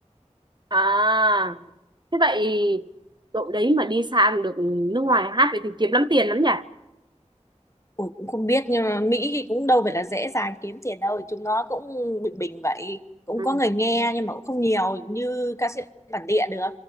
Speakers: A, on the right (about 40°); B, on the left (about 25°).
A: À, thế vậy đội đấy mà đi sang được nước ngoài hát vậy thì kiếm lắm tiền lắm nhỉ?
B: Ủa, cũng không biết nhưng mà Mỹ thì cũng đâu phải là dễ dàng kiếm tiền đâu chúng nó cũng bình bình vậy cũng
A: Ừ.
B: có người nghe nhưng mà cũng không nhiều như ca sĩ bản địa được